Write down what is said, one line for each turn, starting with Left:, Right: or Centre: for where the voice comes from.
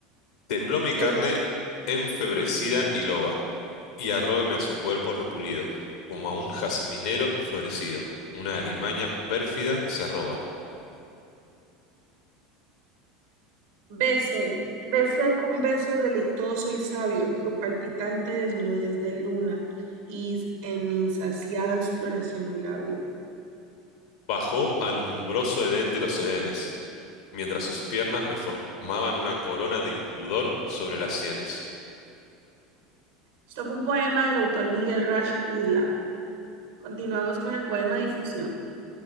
Left: Tembló mi carne
Right: Leche,
Left: enfebrecida y loba, y arróbeme a su cuerpo repulido, como a un jazminero florecido. Una alimaña pérfida se arroba.
Right: besé, besé con beso deleitoso y sabio su palpitante desnudez de luna y en insaciada exploración mi labio.
Left: Bajó al umbroso edén de los edenes, mientras sus piernas me formaban una corona de impudor sobre las sienes.
Right: Esto fue un poema del autor Miguel Rush Isla. Continuamos con el poema Difusión.